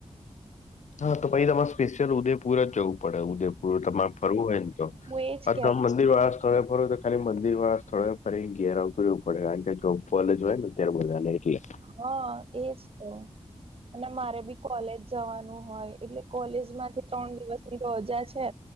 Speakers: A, on the left; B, on the right.
A: હા તો પછ તમારે સ્પેશિયલ ઉદેપુર જ જવું પડે ઉદેપુર બોલો તમાર ફરવું હોયન તો,
B: હું એજ
A: આ
B: કેવા
A: તમ મંદિર
B: માંગુ
A: વાળા
B: છું.
A: સ્થળે ફરો તો ખાલી મંદિર વાળા સ્થળે ફરી ન ઘેર આવતું રેવું પડે કારણ કે, જો કોલેજ હોય ને ત્યારે બધાને એટલે
B: હા એજ તો અને મારે બી કોલેજ જવાનું હોય, એટલે કોલેજ માંથી ત્રણ દિવસની રજા છે.